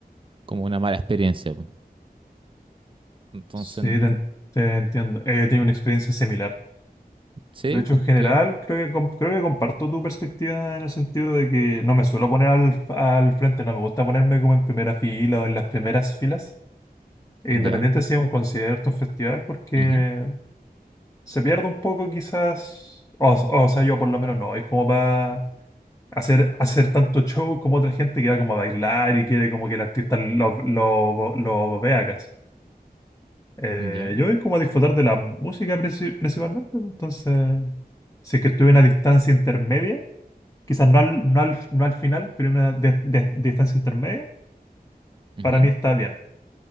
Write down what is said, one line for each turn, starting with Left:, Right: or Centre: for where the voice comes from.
Right: como una mala experiencia. pues. Entonces,
Left: Sí,
Right: no.
Left: te, en- te entiendo. Eh, tiene una experiencia similar.
Right: ¿Sí?
Left: De hecho,
Right: ¿Con
Left: en general,
Right: qué?
Left: creo que, com- creo que comparto tu perspectiva en el sentido de que no me suelo poner al, al frente, no me gusta ponerme como en primera fila o en las primeras filas, independiente
Right: Ya.
Left: si es un concierto, un festival, porque
Right: ujú,
Left: se pierde un poco quizás, o, o sea, yo por lo menos no, es como para hacer, hacer tanto show como otra gente que va como a bailar y quiere como que el artista lo, lo, lo vea casi. Eh,
Right: Ya.
Left: yo es como a disfrutar de la música princi- principalmente, pues, entonces, si es que estuve en una distancia intermedia, quizás no al, no al, no al final, pero en una di- di- distancia intermedia,
Right: ujú,
Left: para mí está bien.